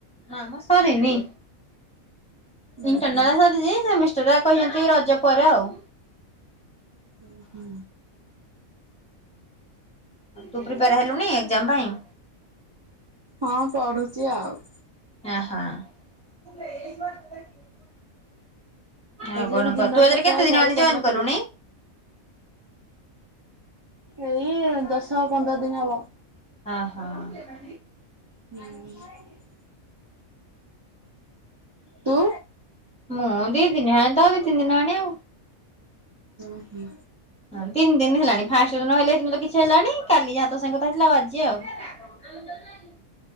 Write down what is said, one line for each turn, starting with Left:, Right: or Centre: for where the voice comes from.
Centre: ନା ମୋ ସରିନି।
Right: ଉଁ
Centre: ଇଣ୍ଟରନାଲ୍
Right: ହୁଁ
Centre: ସରିଚି, ସେମିଷ୍ଟାର କହିଛନ୍ତି ରଜ ପରେ ଆଉ।
Right: ହୁଁ, ହୁଁ। ଭଲ
Centre: ତୁ ପ୍ରିପେୟାର୍
Right: ଆଉ।
Centre: ହେଲୁଣି ଏକ୍ଜାମ୍ ପାଇଁ।
Right: ହଁ ପଢୁଚି ଆଉ।
Centre: ଏଁ, ହଁ। <unintelligible>
Right: ସେଇଥି
Centre: ଆଉ କଣ
Right: ଯୋଗୁ ଦିନରେ
Centre: କହ? ତୁ ଏଥରେ
Right: ତତେ
Centre: କେତେ
Right: ଆଉ
Centre: ଦିନ
Right: କଲ୍
Centre: ଆଣି
Right: କରିନଥିଲି।
Centre: ଜଏନ୍ କଲୁଣି?
Right: ଏଇ ଦଶ ପନ୍ଦର ଦିନ ହବ।
Centre: ହଁ, ହଁ।
Right: ହୁଁ, ତୁ
Centre: ମୁଁ ଦି ଦିନି ହେଲାଣି ତ ଦି ତିନି ଦିନ ହେଲାଣି।
Right: ଉଁ, ହୁଁ।
Centre: ହଁ ତିନ ଦିନ ହେଲାଣି ଫାଷ୍ଟ ଦିନ ହେଲେ ତ କିଛି ହେଲାନି, କାଲି ଯାହା ତ ସାଙ୍ଗ କଥା ହଉଥିଲା ଆଉ ଆଜି ଆଉ। <unintelligible>